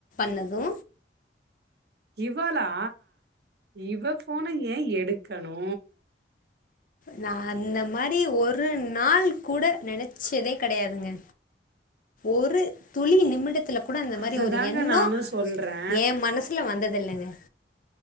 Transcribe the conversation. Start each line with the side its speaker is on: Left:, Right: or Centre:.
Left: னது
Right: இவளா இவ போன ஏ எடுக்கணு
Left: நா அந்த மாரி ஒரு நாள் கூட நெனைச்சதே கெடையாதுங்க ஒரு துளி நிமி மிடத்துல கூட இந்த
Right: அததாங்க
Left: மாரி ஒரு எண்ணம்
Right: நானு சொல்றே.
Left: எ மனசுல வந்தது தில்லங்க